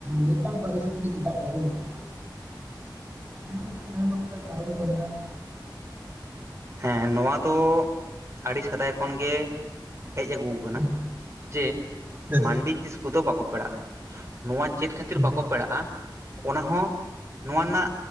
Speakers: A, on the right; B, on the right.
A: ᱢᱤᱫᱴᱟᱝ ᱯᱟ. ᱨᱤᱥ ᱛᱮ ᱪᱮᱫᱟᱜ ᱵᱟᱵᱚᱱ ᱵᱟᱯᱞᱟᱜᱼᱟ᱾ ᱡᱟᱦᱟᱸ ᱵᱟᱝ ᱡᱟᱦᱟᱸᱟᱱᱠᱟ ᱠᱟᱨᱚᱱ ᱢᱮᱱᱟᱜᱼᱟ᱾
B: ᱦᱮᱸ ᱱᱚᱣᱟ ᱫᱚ ᱟᱹᱰᱤ ᱥᱮᱫᱟᱭ ᱠᱷᱚᱱ ᱜᱮ ᱦᱮᱡ ᱟᱹᱜᱩ
A: ᱦᱮᱸ
B: ᱾ ᱡᱮ
A: ᱦᱮᱸ
B: ᱢᱟᱱᱰᱤ ᱠᱤᱥᱠᱩ ᱠᱚᱫᱚ ᱵᱟᱠᱚ ᱯᱮᱲᱟᱜᱼᱟ, ᱱᱚᱣᱟ ᱪᱮᱫ ᱠᱷᱟᱹᱛᱤᱨ
A: ᱦᱮᱸ
B: ᱵᱟᱠᱚ ᱯᱮᱲᱟᱜᱼᱟ, ᱚᱱᱟ ᱦᱚᱸ ᱱᱚᱣᱟ ᱨᱮᱱᱟᱜ